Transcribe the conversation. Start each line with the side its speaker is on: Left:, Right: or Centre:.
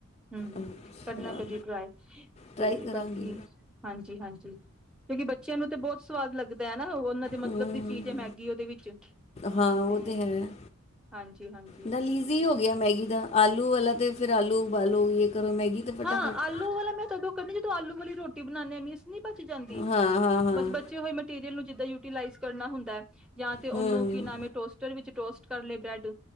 Centre: ਹਮ
Left: ਅੱਛਾ
Centre: ਕਰਨਾ ਕਦੀ ਟਰਾਏ
Left: ਟਰਾਈ
Centre: ਤੇ
Left: ਕਰਾਂਗੀ
Centre: ਬਾਕੀ ਹਾਂਜੀ ਹਾਂਜੀ ਕਿਉਂਕਿ ਬੱਚਿਆਂ ਨੂੰ ਤੇ ਬਹੁਤ ਸਵਾਦ ਲੱਗਦਾ ਹੈ ਨਾ ਉਹ ਉਹਨਾਂ ਦੀ
Left: ਹੂੰ
Centre: ਮਤਲਬ ਦੀ ਚੀਜ਼ ਹੈ ਮੈਗੀ ਉਹਦੇ ਵਿੱਚ ਤੇ
Left: ਹਾਂ ਉਹ ਤੇ ਹੈ
Centre: ਹਾਂਜੀ ਹਾਂਜੀ
Left: ਨਾਲ ਈਜ਼ੀ ਹੋ ਗਿਆ ਮੈਗੀ ਦਾ ਆਲੂ ਵਾਲਾ ਤੇ ਫੇਰ ਆਲੂ ਉਬਾਲੋ ਕਰੋ ਮੈਗੀ ਤੇ ਫਟਾਫਟ
Centre: ਹਾਂ ਆਲੂ ਵਾਲਾ ਮੈਂ ਤਦੋਂ ਕਰਦੀ ਆਂ ਜਦੋਂ ਆਲੂ ਵਾਲੀ ਰੋਟੀ ਬਣਾਂਨੇ ਨਹੀਂ ਬਚ ਜਾਂਦੀ
Left: ਹਾਂ ਹਾਂ ਹਾਂ
Centre: ਬਸ ਬਚੇ ਹੋਏ ਮਟੀਰੀਅਲ ਨੂੰ ਜਿੱਦਾਂ ਯੂਟੀਲਾਈਜ਼ ਕਰਨਾ ਹੁੰਦਾ ਹੈ ਯਾ ਤੇ ਉਹਨੂੰ
Left: ਹੂੰ
Centre: ਕੀ ਨਾਮ ਹੈ ਟੋਸਟਰ ਵਿੱਚ ਰੋਸਟ ਕਰਲੇ ਬ੍ਰੈਡ